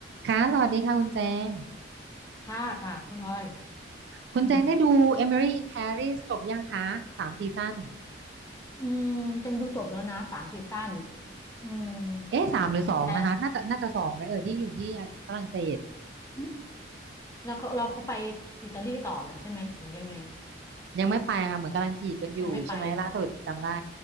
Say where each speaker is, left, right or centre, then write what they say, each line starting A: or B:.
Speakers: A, on the right; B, on the left.
A: ค่ะสวัสดีค่ะคุณแจง
B: ห้าค่ะคุณอ้อย
A: คุณแจงได้ดู
B: อืม
A: Emily in Paris จบยังคะสามซีซั่น
B: อืมจังดูจบแล้วนะสามซีซั่นอืม
A: เอ๊ะสามหรือสองนะคะน่าจะน่าจะสองไหมเอ่ยที่อยู่ที่ฝรั่งเศส
B: แต่แต่อืมแล้วเขาเราเขาไปอิตาลีต่อเลยใช่ไหมหรือยังไง
A: ยังไม่ไปค่ะเหมือนกำลังจีบกันอยู่ใช่ไหมล่าสุดจำได้
B: ยังไม่ไป